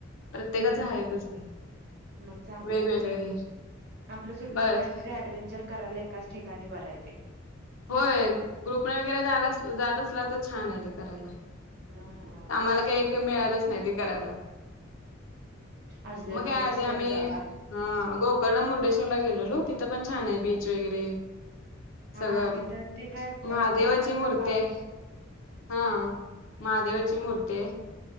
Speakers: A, on the left (about 80°); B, on the right (about 50°).
A: प्रत्येकाच
B: हम्म
A: आहेस
B: हम्म हम्म मग चांगलंय
A: वेगवेगळे हे
B: आपल्या सुट्टीत
A: बस
B: काहीतरी ऍडव्हेंचर करायला एकाच ठिकाणी बरं आहे ते.
A: होय ग्रुपने वगैरेला जात असला तर छान आहे ते करायला
B: हा
A: आम्हाला
B: चांगलंय
A: काही मिळालंच नाही ते करायला.
B: असू दे
A: मग
B: आता
A: या
B: नेक्स्ट
A: आधी
B: टाइम
A: आम्ही
B: जावा
A: अ गोकर्ण मुर्डेश्वरला गेलेलो तिथं पण छान आहे बीच वगैरे
B: हा
A: सगळं
B: तिथं ते काय
A: महादेवाची
B: अ, कोकणचा
A: मूर्ती
B: भाग
A: आहे हा. महादेवाची मूर्ती हाय